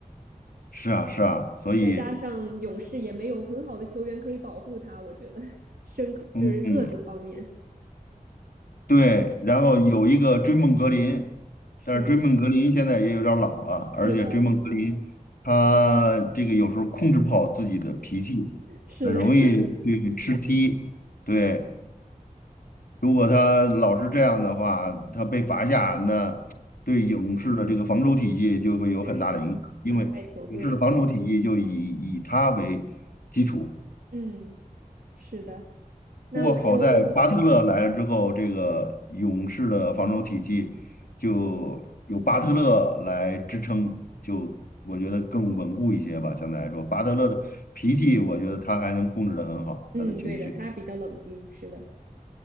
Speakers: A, on the left; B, on the right.
A: 是啊，是啊，所以，
B: 呃再加上勇士也没有很好的球员可以保护他，我觉得身就是个子方面
A: 嗯嗯，对，然后有一个追梦格林，
B: 是
A: 但是追梦格林现在也有点儿老了，而且追梦格林他这个有时候控制不好自己的脾气，
B: 是的，是的，是的，
A: 很容易去吃踢。对，如果他老是这样的话，他被罚下，那对勇士的这个防守体系就会有很大的影响，
B: <laughs> 确实伤害球队。
A: 因为勇士的防守体系就以以他为基础。
B: 嗯，是的，那我就
A: 不过好在巴特勒来了之后，这个勇士的防守体系就有巴特勒来支撑，就我觉得更稳固一些吧。相对来说，巴特勒的脾气，我觉得他还能控制得很好，
B: 嗯，
A: 他的情绪，
B: 对的，他比较冷静，是的，